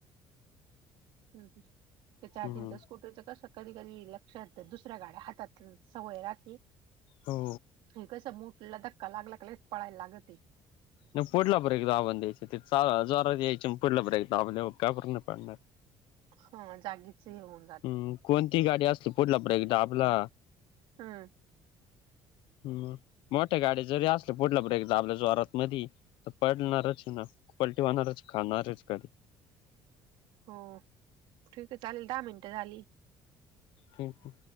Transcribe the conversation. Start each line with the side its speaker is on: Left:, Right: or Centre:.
Right: ह चार्जिंगच्या
Left: हम्म
Right: स्कूटी तुचं कसं कधी कधी लक्षात दुसऱ्या गाड्या हातात सवय राहती
Left: हो
Right: हे कसं मोठला धक्का लागला का लगेच पळायला लागती
Left: नाही पुढला ब्रेक दाबून द्यायची, तीचा जोरात यायची पुढला ब्रेक दाबल्यावर का बरं नाही पडणार.
Right: हा जागीच येऊन
Left: हम् कोणती गाडी असली पुढला ब्रेक दाबला
Right: हम्म
Left: ह् मोठ्या गाड्या जरी असल्या पुढला ब्रेक दाबला जोरात मधी तर पडणारच ना पलटी वाहणारच खाणारच कडी
Right: हो ठीक आहे चालेल दहा मिनटं झाली
Left: क